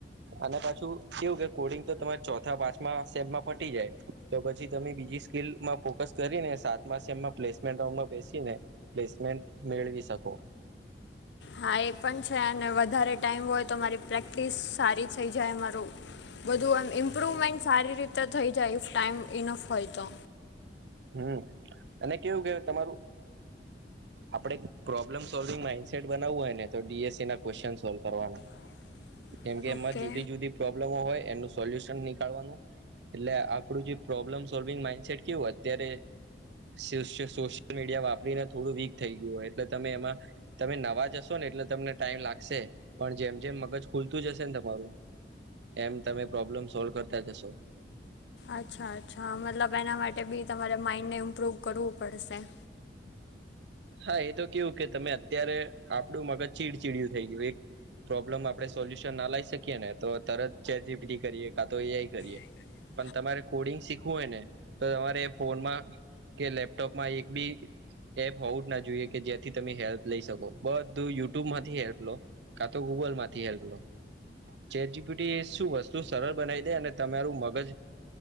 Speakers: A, on the right; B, on the left.
A: અને પાછું કેવું કે કોડિંગ તો તમારે ચોથા પાંચમા સેમમાં પટી જાય. તો પછી તમે બીજી સ્કીલમાં ફોકસ કરીને સાતમા સેમમાં પ્લેસમેન્ટ રાઉન્ડમાં બેસીને પ્લેસમેન્ટ મેળવી શકો.
B: હા એ પણ છે અને વધારે ટાઈમ હોય તો મારી પ્રેક્ટિસ સારી થઇ જાય મારું બધું એમ ઇમ્પ્રુવમેન્ટ સારી રીતે થઈ જાય ઇ ટાઈમ ઇનફ હોય તો
A: હમ અને કેવું કેય તમારું આપડે પ્રોબ્લમ સોલ્વિંગ માઈન્ડસેટ બનાવવું હોય ને તો ડીએસસી ના ક્વેશ્ચન સોલ્વ કરવાના
B: <unintelligible>
A: કેમકે
B: ઓકે
A: એમાં જુદી જુદી પ્રોબ્લેમો હોય એમનું સોલ્યુશન નીકાળવાનું એટલે આપણું જે પ્રોબ્લેમ સોલ્વિંગ માઈન્ડસેટ કેવું અત્યારે સોશિયલ મીડિયા વાપરીને થોડું વીક થઈ ગયું હોય એટલે તમે એમાં તમે નવા જશો ને એટલે તમને ટાઈમ લાગશે પણ જેમ જેમ મગજ ખુલતું જશે ને તમારું એમ તમે પ્રોબ્લેમ સોલ્વ કરતા જશો
B: અચ્છા અચ્છા મતલબ એના માટે બી તમારે માઇન્ડને ઇમ્પ્રૂવ કરવું પડશે
A: હા એ તો કેવું કે તમે અત્યારે આપડું મગજ ચીડચીડયું થઈ ગયું એક પ્રોબ્લેમ આપડે સોલ્યુશન ના લઈ શકીએ ને તો તરત ચે જીપી કરીએ કા તો એઆઈ કરીએ
B: <unintelligible>
A: પણ તમારે કોડિંગ શીખવું હોય ને તો તમારે ફોનમાં કે લેપટોપમાં એક બી એપ હોવું જ ના જોઈએ કે જે્યાંથી તમે હેલ્પ લઈ શકો બધું યુટ્યુબ માંથી હેલ્પ લો કા તો ગૂગલ માંથી હેલ્પ લો ચેજીીપીટી શું વસ્તુ સરળ બનાવી દે અને તમારું મગજ